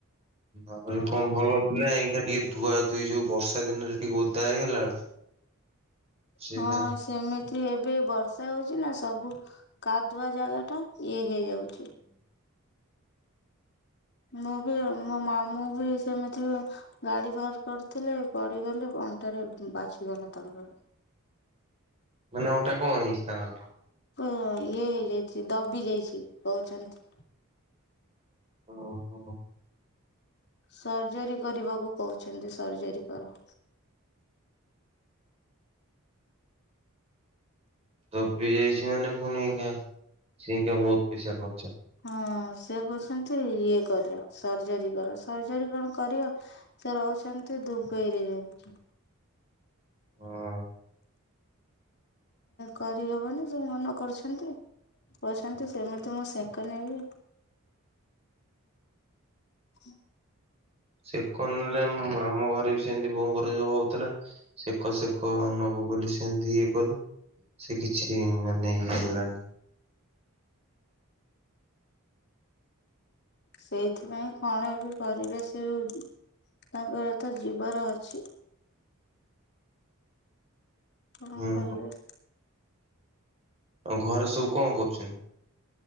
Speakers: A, on the right; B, on the left.
A: ଆରେ
B: ହଁ
A: କଣ ଭଲଥିଲା
B: ମୁଁ
A: ଏଇା ଟିକେ ଧୁଆ ଧୁଇ ଯୋଉ ବର୍ଷା ଦିନରେ ଟିକେ ଓଦା ହେଇଗଲା ସେଇଟା
B: ହଁ ସେମିତି ଏବେ ବର୍ଷା ହଉଛି ନା ସବୁ କାଦୁଆ ଜାଗା ଟା ଇଏ ହେଇଯାଉଛି। ମୁଁ ବି ମୋ ମାମୁଁ ବି ସେମିତି ଗାଡି ବାହାର କରିଥିଲେ ପଡିଗଲେ ଅଣ୍ଟାରେ ବାଛିଗଲା ତାଙ୍କର।
A: ମାନେ ଓଟା କଣ ହେଇଛି ତାଙ୍କର?
B: ହଁ ଇଏ ହେଇଯାଇଛି ଦବି ଯାଇଛି କହୁଛନ୍ତି।
A: ଓହୋ।
B: ସର୍ଜରୀ କରିବାକୁ କହୁଛନ୍ତି ସର୍ଜରୀ କର।
A: ତ ବି ଯାଇଛି ମାନେ ପୁଣିକା ସେଇକା ବହୁତ ପଇସା ଖର୍ଚ୍ଚ।
B: ହଁ ସେ କହୁଛନ୍ତି ଇଏ କର ସର୍ଜରୀ କର ସର୍ଜରୀ କଣ କରିଅ ସେ ରହୁଛନ୍ତି ଦୁବଇରେ ଯାଉଛି।
A: ହଁ।
B: କରିହବନି ସେ ମନ କରୁଛନ୍ତି। ଅଛନ୍ତି ସେମିତି ମୁଁ ସେଙ୍କ ନେବି। ହଁ।
A: ସେ କ ନେଲେ ଆମ ଘରେ ବି ସେମିତି ବୋଉ ଘରେ ଯ ହଉଥିଲା ସେକ ସେକ ନବୁ ବୋଲି ସେମତି ଇଏ ଗଲୁ ସେ କିଛି ମାନେ ଇଏ
B: ହୁଁ
A: ହେଲାନି। <inaudible>
B: ସେଇଥିପାଇଁ କଣ ଏ ବି ପରିବେଶ ତାଙ୍କର ତ ଜୀବର ଅଛି। ହଁ
A: ହୁଁ
B: କରିବା।
A: ଆଉ ଘରେ ସବୁ କଣ କରୁଛନ୍ତି।